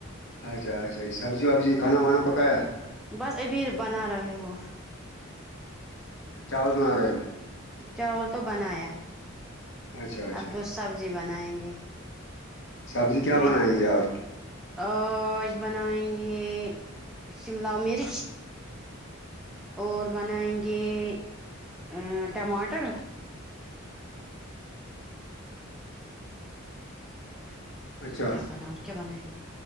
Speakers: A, on the left (about 60°); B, in the centre.
A: اچھا اچھا یہ سبزی وبزی کھانا وانا پکایا
B: بس ابھی یہ بنا رہے ہو
A: چاول بنا رہے ہو
B: چاول تو بنایا
A: اچھا اچھا
B: اب تو سبزی بنائیں گے
A: سبزی کیا
B: میں
A: بنائیں گے آج
B: آج بنائیں گے شملہ مرچ اور بنائیں گے ا ٹماٹر
A: اچھا
B: کیا بناو اور کیا بنائیں گے